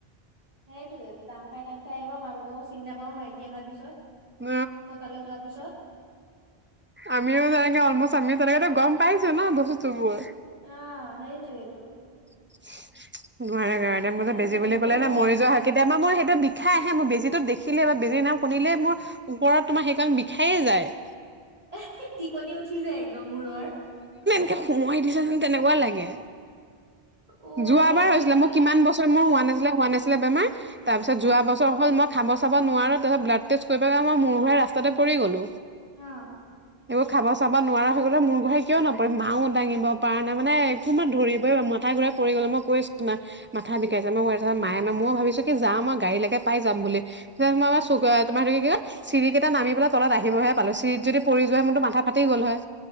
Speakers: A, on the right; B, on the right.
A: সেইটোৱে ডাঙ খাই ডাং খাই আহিব মা দেউতাকক চিনি নাপাব মাইকী অনা পিছত
B: অ
A: মতালে যোৱাৰ পিছত।
B: আমিও যাংগে অলমষ্ট আমিও তেনেকেতো গম পাইছো ন বস্তু বোৰ
A: অ সেইটোৱেই টো
B: <unintelligible> নোৱাৰে কাৰনে মোৰ যে বেজি
A: ম
B: বুলি
A: ময়ো
B: ক'লে
A: কওঁ
B: না মৰি
A: এইবিলাক
B: যোৱা হয় কেতিয়াবা মোৰ সেইটো বিষাই আহে মোৰ বেজীটো দেখি দেখিলে বা বেজিৰ নাম শুনিলে মোৰ ওপৰত তোমাৰ সেইকাৰণে বিষায়ে যায়
A: এ টিকনি উঠি যায় একদম মোৰৰ।
B: ত সোমোৱাই দিছে যেন তেনেকুৱাই লাগে।
A: অ'
B: যোৱা
A: আই
B: বাৰ হৈছিলে
A: যেতিয়া
B: মোৰ কিমান বছৰ
A: অ'
B: মোৰ হোৱা নাছিলে হোৱা নাছিলে। বেমাৰ তাৰ পিছত
A: অ'
B: যোৱা বছৰ হল মই। খাব চাব নোৱাৰো তাৰ পাছত ব্লাড টেষ্ট কৰিব যাওঁতে মই মোৰ ঘোৰাই ৰাস্তাতে পৰি গলো।
A: অ
B: একো খাব চাব নোৱাৰা হৈ গ'লে মূৰ ঘোৱাই কিয় নপৰিম মাও দাঙিব পৰা নাই মানে কোনো ধৰিবই মাথা ঘূৰাই পৰি গ'ল মই কৈছো মাক মাথা বিষাইছে মূৰ ঘূৰাইছে ভাবিছো কি যাম আৱ গাড়ীলেকে পাই যাম।
A: উম।
B: <unintelligible> চিৰিকেইটা নামি পেলাই তলত আহিবহে পালো ছিৰিত যদি পৰি যোৱা হয় মোৰতো মাথা ফাটি গল হয়।